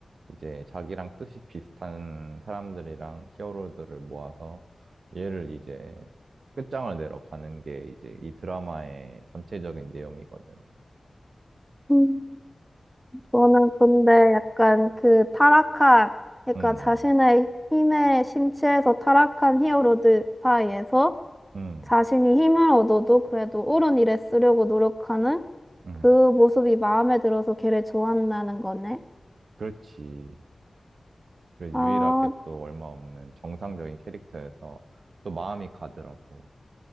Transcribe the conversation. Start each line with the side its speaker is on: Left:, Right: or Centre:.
Right: 이제 자기랑 뜻이 비슷한 사람들이랑 히어로들을 모아서 얘를 이제 끝장을 내러 가는 게 이제 이 드라마의 전체적인 내용이거든.
Centre: 음. 저는 근데 약간 그 타락한, 그러니까
Right: 음,
Centre: 자신의 힘에 심취해서 타락한 히어로들 사이에서
Right: 음,
Centre: 자신이 힘을 얻어도 그래도 옳은 일에 쓰려고 노력하는
Right: 음,
Centre: 그 모습이 마음에 들어서 걔를 좋아한다는 거네.
Right: 그렇지. 그래,
Centre: 아,
Right: 유일하게 또 얼마 없는 정상적인 캐릭터여서 또 마음이 가더라고.